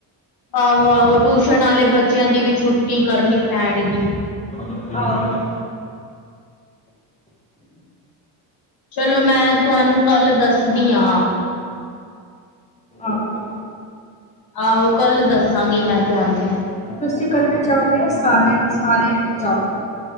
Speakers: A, on the left (about 55°); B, on the left (about 15°).
A: ਆਹੋ-ਆਹੋ ਟਿਊਸ਼ਨ ਆਲੇ ਬੱਚਿਆਂ ਦੀ ਵੀ ਛੁੱਟੀ ਕਰਨੀ ਪੈਣਗੀ।
B: ਆਂ।
A: ਚਲੋ ਮੈਂ ਤੁਹਾਨੂੰ ਕੱਲ ਦੱਸਦੀ ਆ।
B: ਆਹੋ
A: ਆਹੋ ਕੱਲ ਦੱਸਾਂਗੀ ਮੈਂ ਤੁਹਾਨੂੰ।
B: ਤੁਸੀਂ ਕੱਲੇ ਜਾਓਗੇ ਜਾਂ ਸਾਰੇ, ਸਾਰੇ ਜਾਓ।